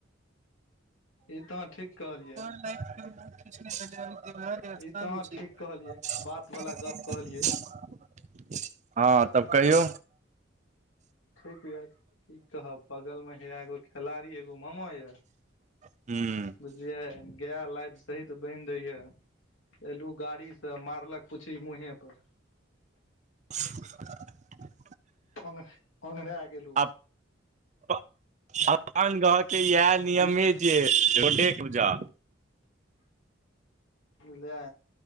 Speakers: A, on the left; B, on the right.
A: ई तऽ अहाँ ठीक कहलियै।
B: <unintelligible> <unintelligible>
A: ई तऽ अहाँ ठीक कहलियै बात वाला गप कहलियै
B: हां। तब कहियौ?
A: ठीक हीये। की कहब, बगल में हैया एगो खेलाड़ी ए गो उ मामा इय।
B: हूँ
A: बुझलियै? गेय लाइद सहित बाईन्ह रहिए। एल्हु गाड़ी से, मारलक पुछी मुहे पर।
B: <inaudible>
A: ओंघ ओंघराय गेलू।
B: अप अपन घर के इहै नियम
A: की
B: ही छिये, खूंटेक पूजा।
A: लए